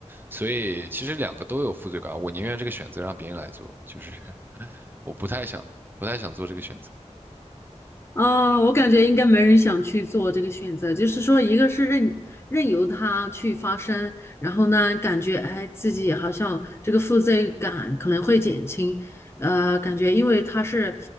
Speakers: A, on the right; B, on the left.
A: 所以其实两个都有负罪感，我宁愿这个选择让别人来做，就是 <laughs> 我不太想不太想做这个选择。
B: 嗯，我感觉应该没人想去做这个选择，就是说，一个是任任由它去发生，然后呢，感觉哎，自己好像这个负罪感可能会减轻，呃，感觉因为它是